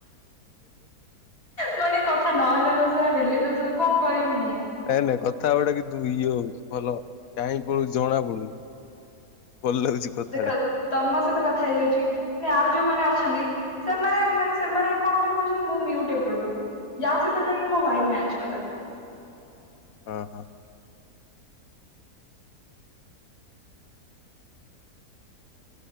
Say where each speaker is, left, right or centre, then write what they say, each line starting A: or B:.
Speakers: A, on the left (about 40°); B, on the left (about 65°).
A: ମାନେ କଥା ନହଲେ ଦୋଷ ହେଲେ ଦୋଷ, କଣ କରିବି ମୁଁ?
B: ନାଇଁ ନାଇଁ କଥା ଗୁଟା କିନ୍ତୁ ଇଏ ହଉଛି ଭଲ, ଟାଇମ ପଳଉଛି ଜଣା ପଡୁନି। ଭଲ ଲାଗୁଛି। କଥାଟା
A: ଦେଖ ତମ ସହିତ କଥା ହେଇଯାଉଛି। ପୁଣି ଆଉ ଯୋଉମାନେ ଅଛନ୍ତି। ସେମାନେ ମାନେ ସେମାନେ କଣଟା କହୁଛନ୍ତି ମୁଁ ମ୍ୟୁଟ୍ ଏପଟୁ। ଯାହା ସହିତ ଜାଣି ମୋ ଭାଇ ମ୍ୟାଚ କଲା।
B: ଓ।